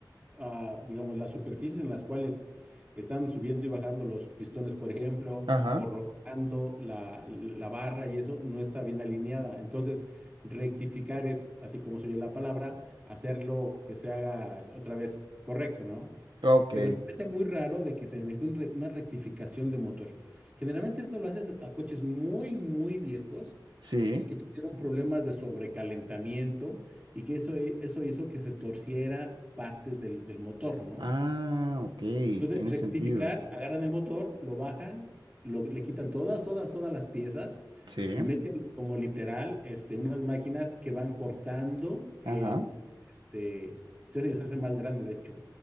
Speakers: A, on the right; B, on the right.
A: ah, digamos, las superficies en las cuales están subiendo y bajando los pistones, por ejemplo,
B: Ajá.
A: o rotando la, la barra y eso no está bien alineada. Entonces, rectificar es, así como se oye la palabra, hacerlo que se haga es, otra vez correcto, ¿no?
B: Ok.
A: Pero se me hace muy raro de que se necesite un re- una rectificación de motor. Generalmente esto lo haces a coches muy, muy viejos
B: Sí.
A: y que tuvieron problemas de sobrecalentamiento y que eso, eso hizo que se torciera partes del, del motor, ¿no?
B: Ah, ok,
A: Entonces,
B: tiene
A: rectificar,
B: sentido.
A: agarran el motor, lo bajan, lo, le quitan todas, todas, todas las piezas
B: Sí,
A: y meten como literal este, unas máquinas que van cortando el,
B: ajá,
A: este, se hace, se hace más grande de hecho,